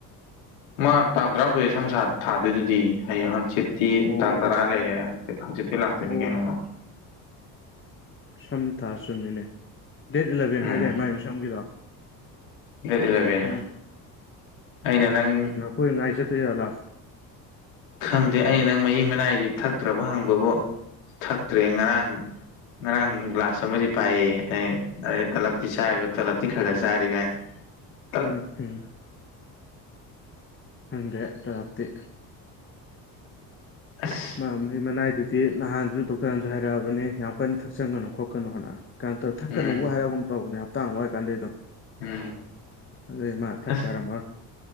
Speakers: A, on the left; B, on the left.
A: ꯃꯥ ꯇꯥꯡ ꯇꯔꯥꯃꯥꯊꯣꯏ ꯁꯝ ꯁꯥꯥ ꯊꯥꯗꯣꯏꯗꯨꯗꯤ ꯍꯩꯌꯦꯡ ꯍꯪ ꯍꯪꯆꯤꯠꯇꯤ
B: ꯑꯣ
A: ꯇꯥꯡ ꯇꯔꯥ
B: ꯑꯣ
A: ꯂꯩꯔꯦ ꯍꯪꯆꯤꯠꯇꯤ ꯂꯥꯛꯇꯣꯏꯅꯤ
B: ꯑꯣ
A: ꯀꯩꯅꯣꯃ
B: ꯁꯝ ꯊꯥ ꯆꯨꯝꯃꯤꯅꯦ ꯗꯦꯠ ꯏꯂꯚꯦꯟ
A: ꯎꯝ
B: ꯍꯥꯏꯗꯥꯏ ꯃꯥꯏ ꯃꯁꯝꯒꯤꯗꯣ
A: ꯗꯦꯠ ꯏꯂꯚꯦꯟꯅꯅꯦ
B: ꯎꯝ
A: ꯑꯩꯅ ꯅꯪ
B: ꯍꯣꯏ ꯉꯥꯏ ꯆꯠꯇꯣꯏ ꯖꯥꯠꯂꯥ
A: ꯈꯪꯗꯦ ꯑꯩ ꯅꯪ ꯃꯍꯤ ꯃꯅꯥꯏꯗꯤ ꯊꯛꯇ꯭ꯔꯕ ꯍꯪꯕꯕꯨ ꯊꯛꯇ꯭ꯔꯦ ꯉꯔꯥꯡ ꯉꯔꯥꯡ ꯒ꯭ꯂꯥꯁ ꯑꯃꯗꯤ ꯄꯥꯏꯌꯦ ꯌꯦ ꯑꯩꯅ ꯇꯂꯞꯇꯤ ꯆꯥꯔꯤꯕ ꯇꯂꯞꯇꯤ ꯈꯔ ꯈꯔ ꯆꯥꯔꯤꯒꯥꯏ <unintelligible>
B: ꯎꯝ ꯍꯝ ꯈꯪꯗꯦ ꯇꯂꯞꯇꯤ
A: ꯑꯁ
B: ꯃꯥ ꯃꯍꯤ ꯃꯅꯥꯏꯗꯨꯗꯤ ꯅꯍꯥꯟꯁꯨ ꯗꯣꯛꯇꯔꯅꯁꯨ ꯍꯥꯏꯔꯛꯑꯕꯅꯦ ꯌꯥꯝ ꯀꯟꯅ ꯊꯛꯆꯟꯒꯅꯨ ꯈꯣꯠꯀꯅꯣꯅ ꯀꯥ ꯇꯣ ꯊꯛꯀꯅꯨꯕꯨ
A: ꯎꯝ
B: ꯍꯥꯏꯔꯒꯨꯝ ꯇꯧꯕꯅꯦ ꯍꯞꯇꯥ ꯑꯃ ꯋꯥꯠꯂꯤꯀꯥꯟꯗꯩ ꯑꯗꯨꯝ
A: ꯎꯝ
B: ꯑꯗꯨꯏ ꯃꯥ ꯊꯛꯄ
A: ꯑꯥ
B: ꯌꯥꯔꯝꯃꯔꯣꯏ